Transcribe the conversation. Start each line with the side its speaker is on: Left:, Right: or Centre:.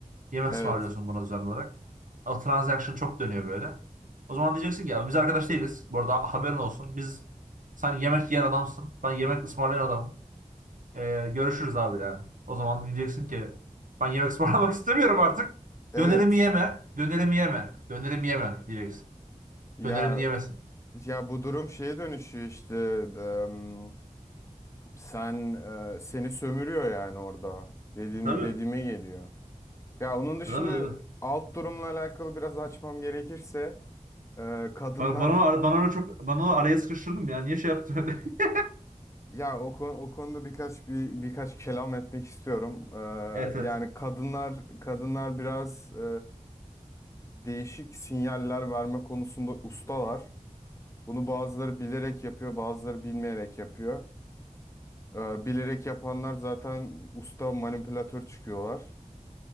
Right: Yemek
Left: Evet.
Right: ısmarlıyorsun buna düzenli olarak. O transaction çok dönüyor böyle. O zaman diyeceksin ki ya biz arkadaş değiliz. Bu arada haberin olsun. Biz sen yemek yiyen adamsın. Ben yemek ısmarlayan adamım. Ee, görüşürüz abi yani. O zaman diyeceksin ki ben yemek ısmarlamak <laughs> istemiyorum artık.
Left: Evet.
Right: Dönerimi yeme, dönerimi yeme, dönerimi yeme diyeceksin.
Left: Ya
Right: Dönerimi yemesin.
Left: ya bu durum şeye dönüşüyor işte em, sen e, seni sömürüyor yani orada dedim
Right: Tabii.
Left: dediğime geliyor. Ya onun dışında
Right: Tabii tabii.
Left: alt durumla alakalı biraz açmam gerekirse e, kadınlar
Right: Bana, bana, bana öyle çok bana onu araya sıkıştırdım ya. Niye şey yaptın öyle? <laughs>
Left: ya o, konu, o konuda birkaç bir birkaç kelam etmek istiyorum. E,
Right: Evet evet.
Left: yani kadınlar kadınlar biraz e, değişik sinyaller verme konusunda ustalar. Bunu bazıları bilerek yapıyor, bazıları bilmeyerek yapıyor. Ee, bilerek yapanlar zaten usta manipülatör çıkıyorlar.